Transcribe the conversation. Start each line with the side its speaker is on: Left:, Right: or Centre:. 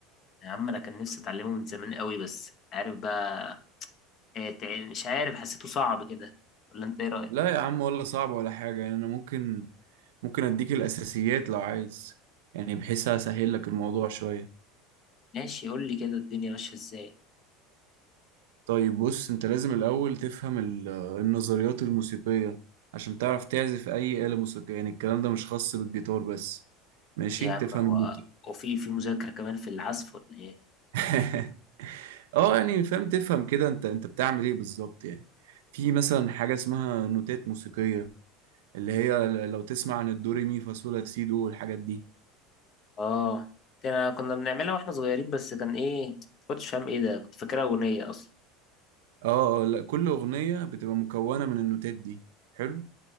Left: يا عم انا كان نفسي اتعلمه من زمان قوي بس عارف بقى إيه تع- مش عارف حسيته صعب كده ولا انت ايه رايك
Right: لا يا عم ولا صعب ولا حاجه يعني انا ممكن ممكن اديك الاساسيات لو عايز يعني بحيث اسهل لك الموضوع شويه
Left: ماشي قول لي كده الدنيا ماشيه ازاي
Right: طيب بص انت لازم الاول تفهم ال- النظريات الموسيقيه عشان تعرف تعزف اي آلة موسيقية يعني الكلام ده مش خاص بالجيتار بس ماشي
Left: إيه يا عم
Right: تفهم
Left: هو هو في في مذاكره كمان في العزف ولا ايه
Right: <laughs> اه يعني فاهم تفهم كده انت انت بتعمل ايه بالظبط يعني في مثلا حاجة اسمها نوتات موسيقية اللي هي لو تسمع عن الدوري مي فا صول لا سي دو والحاجات دي
Left: اه ده أنا كنا بنعملها واحنا صغيرين بس كان ايه ما كنتش فاهم ايه ده كنت فاكرها اغنيه اصلا
Right: اه آه، لا كل أغنية بتبقى مكونة من النوتات دي حلو